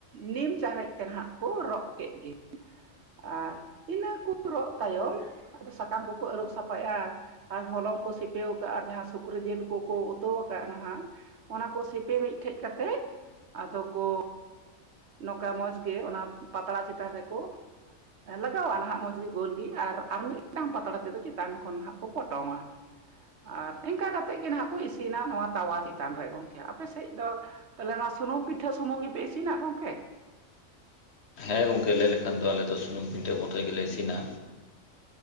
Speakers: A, on the right; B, on the left.
A: ᱱᱤᱢ ᱪᱟᱨᱮᱡ ᱛᱮ ᱱᱟᱦᱟᱜ ᱠᱚ ᱨᱚᱜ ᱠᱮᱜ ᱜᱮ᱾ ᱟᱨ ᱤᱱᱟᱹ ᱠᱚ ᱨᱚᱜ ᱛᱟᱭᱚᱢ ᱟᱫᱚ ᱥᱟᱠᱟᱢ ᱠᱚᱠᱚ ᱟᱹᱨᱩᱵ ᱥᱟᱯᱷᱟᱭᱟ᱾ ᱟᱨ ᱦᱚᱞᱚᱝ ᱠᱚ ᱥᱤᱯᱟᱹᱣ ᱠᱟᱜ-ᱟ, ᱟᱨ ᱡᱟᱦᱟᱸ ᱥᱩᱠᱨᱤ ᱡᱤᱞ ᱠᱚᱠᱚ ᱩᱛᱩ ᱠᱟᱜ-ᱟ ᱱᱟᱦᱟᱜ᱾ ᱚᱱᱟ ᱠᱚ ᱥᱤᱯᱤ ᱢᱤᱫᱴᱷᱮᱡ ᱠᱟᱛᱮᱜ ᱟᱫᱚ ᱠᱚ ᱱᱚᱝᱠᱟ ᱢᱚᱸᱡᱽ ᱜᱮ ᱚᱱᱟ ᱯᱟᱛᱲᱟ ᱪᱮᱛᱟᱱ ᱨᱮᱠᱚ ᱞᱟᱜᱟᱣᱟ ᱱᱟᱦᱟᱜ ᱢᱚᱡᱽ ᱜᱮ, ᱜᱳᱞ ᱜᱮ ᱟᱨ ᱟᱨᱚ ᱢᱤᱫᱴᱟᱝ ᱯᱟᱛᱲᱟ ᱛᱮᱫᱚ ᱪᱮᱛᱟᱱ ᱠᱷᱚᱱ ᱱᱟᱦᱟᱜ ᱠᱚ ᱯᱚᱴᱚᱢᱟ᱾ ᱟᱨ ᱮᱝᱠᱟ ᱠᱟᱛᱮᱜ ᱜᱮ ᱱᱟᱸᱦᱟᱜ ᱠᱚ ᱤᱥᱤᱱᱟ ᱱᱚᱣᱟ ᱛᱟᱣᱟ ᱪᱮᱛᱟᱱ ᱨᱮ ᱜᱚᱝᱠᱮ᱾ ᱟᱯᱮ ᱥᱮᱡ ᱫᱚ? ᱛᱟᱦᱞᱮ ᱚᱱᱟ ᱥᱩᱱᱩᱢ ᱯᱤᱴᱷᱟᱹ ᱥᱩᱢᱩᱝ ᱜᱮᱯᱮ ᱤᱥᱤᱱᱟ ᱜᱚᱝᱠᱮ?
B: ᱦᱳᱭ ᱜᱚᱝᱠᱮ ᱞᱟᱹᱭ ᱞᱮᱠᱷᱟᱱ ᱫᱚ ᱟᱞᱮ ᱫᱚ ᱥᱩᱱᱩᱢ ᱯᱤᱴᱷᱟᱹ ᱢᱚᱛᱚᱡ ᱜᱮᱞᱮ ᱤᱥᱤᱱᱟ᱾